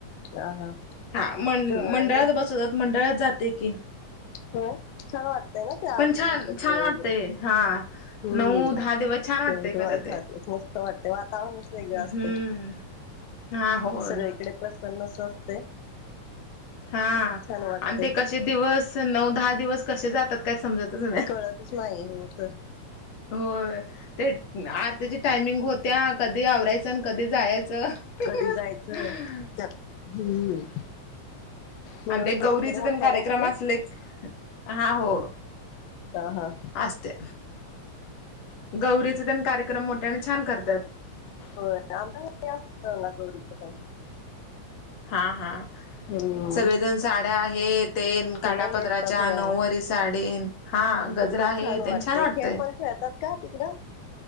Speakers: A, on the left; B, on the left.
A: हा हा
B: हा मं
A: ग
B: मंडळात
A: ग
B: बसवतात मंडळात जाते की.
A: ह वाट. त्यावेळी
B: पण छान
A: गणपती
B: छान
A: वळे
B: वाटतय
A: वगैरे
B: हा
A: हम्म
B: नऊ दहा दिवस छान वाटतय
A: ते
B: खरं
A: मस्त वाटत. ते वातावरणच वेगळं
B: हम्म
A: असते
B: हा होय
A: सगळीकडे प्रसन्न अस असते.
B: हा
A: छान वाटते
B: आणि ते कसे दिवस नऊ दहा दिवस कसे जातात काय समजतच नाही.
A: तू स नाहीई होथ.
B: हो ते आरती्याच्या टायमिंग होत्या कधी आवरायसन कधी जायच. <unintelligible>
A: कधी जायचं त्यात हम्म. मिरवणूक
B: आणि ते गौरीच
A: वगैरे मोठ्याने
B: पण कार्यक्रम
A: असते
B: असले हा हो.
A: हो हो.
B: असस्ते. गौरीचे त्यां कार्यक्रम मोठ्या आणि छान करतात.
A: हो आमा गौरीचं पण.
B: हा हा.
A: हम्म
B: सगळेजण साड्या आहेत ते काटापदराच्या
A: हे नेसतात होय
B: नऊवरारी साडी. हा गजरा
A: ते पण
B: आहे त्यांनी
A: वाटते
B: छान वाटतंय.
A: खेळ पण खेळतात का तिकडं